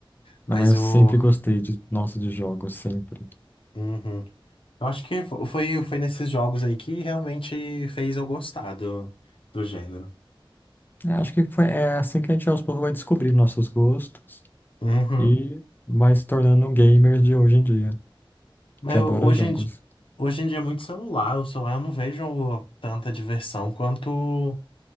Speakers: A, on the left; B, on the left.
A: Mas
B: Não, mas eu
A: o.
B: sempre gostei de, nossa, de jogos, sempre.
A: Uhum. Eu acho que fo- foi, foi nesses jogos aí que realmente fez eu gostar do, do gênero.
B: É, acho que foi, é assim que a gente aos poucos vai descobrir nossos gostos
A: Uhum.
B: e vai se tornando gamers de hoje em dia,
A: Mas
B: que adora
A: eu- hoje
B: jogos.
A: em, di- hoje em dia é muito celular. O celular eu não vejo tanta diversão quanto